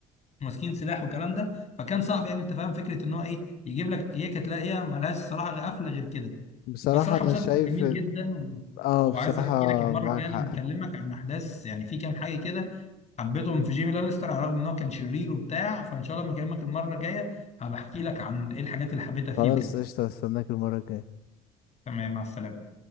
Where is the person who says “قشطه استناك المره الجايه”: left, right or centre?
Left